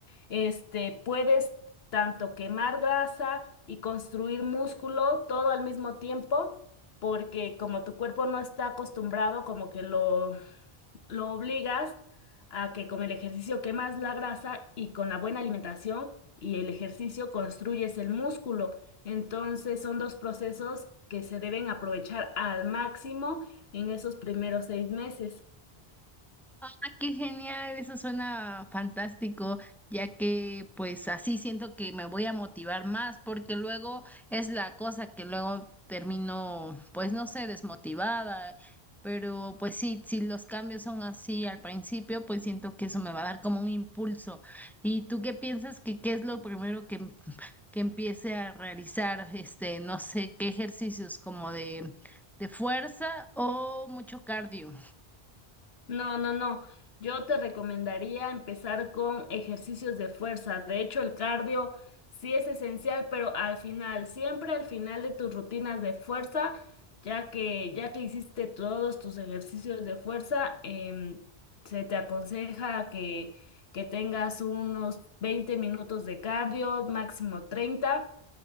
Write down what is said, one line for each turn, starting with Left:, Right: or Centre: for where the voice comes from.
Left: este, puedes tanto quemar grasa y construir músculo todo al mismo tiempo, porque como tu cuerpo no está acostumbrado, como que lo, lo obligas a que con el ejercicio quemas la grasa y con la buena alimentación y el ejercicio construyes el músculo. Entonces son dos procesos que se deben aprovechar al máximo en esos primeros seis meses.
Centre: Ah, qué genial, eso suena fantástico, ya que pues así siento que me voy a motivar más, porque luego es la cosa que luego termino, pues no sé, desmotivada, pero pues sí, si los cambios son así al principio, pues siento que eso me va a dar como un impulso. ¿Y tú qué piensas que qué es lo primero que, que empiece a realizar, este, no sé, qué ejercicios como de, de fuerza o mucho cardio?
Left: No, no, no. Yo te recomendaría empezar con ejercicios de fuerza. De hecho, el cardio sí es esencial, pero al final, siempre al final de tus rutinas de fuerza, ya que ya que hiciste todos tus ejercicios de fuerza, em, se te aconseja que, que tengas unos 20 minutos de cardio, máximo 30